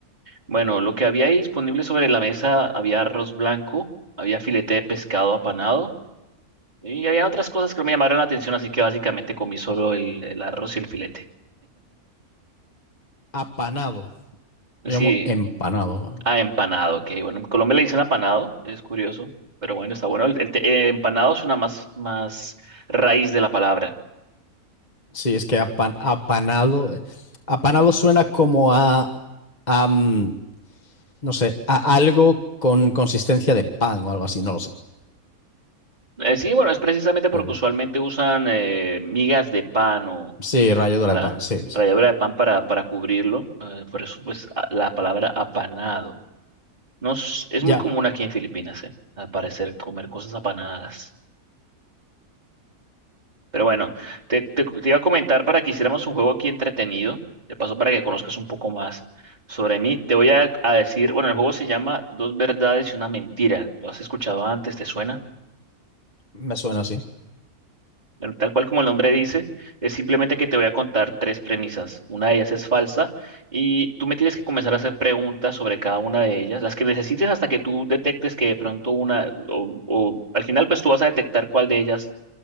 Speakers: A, on the right; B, on the left.
A: Bueno, lo que había ahí disponible sobre la mesa había arroz blanco, había filete de pescado apanado y había otras cosas que no me llamaron la atención, así que básicamente comí solo el, el arroz y el filete.
B: Apanado. Llamo
A: Sí,
B: empanado.
A: ah, empanado, ok. Bueno, en Colombia le dicen apanado, es curioso, pero bueno, está bueno. El, el te- eh, empanado es una más, más raíz de la palabra.
B: Sí, es que apan- apanado. eh, Apanado suena como a, a, mm, no sé, a algo con consistencia de pan o algo así, no lo sé.
A: Eh, sí, bueno, es precisamente porque
B: Pero
A: usualmente
B: bueno.
A: usan eh, migas de pan o
B: sí, ralladura
A: para
B: de pan, sí,
A: ralladura
B: sí.
A: de pan para, para cubrirlo. eh, por eso, pues, a- la palabra apanado. No es, es
B: Ya,
A: muy común aquí en Filipinas, eh, al parecer, comer cosas apanadas. Pero bueno, te, te, te iba a comentar para que hiciéramos un juego aquí entretenido. De paso, para que conozcas un poco más sobre mí. Te voy a, a decir, bueno, el juego se llama Dos verdades y una mentira. ¿Lo has escuchado antes? ¿Te suena?
B: me suena así.
A: Bueno, Tal cual como el nombre dice, es simplemente que te voy a contar tres premisas. Una de ellas es falsa y tú me tienes que comenzar a hacer preguntas sobre cada una de ellas, las que necesites hasta que tú detectes que de pronto una, o, o al final pues tú vas a detectar cuál de ellas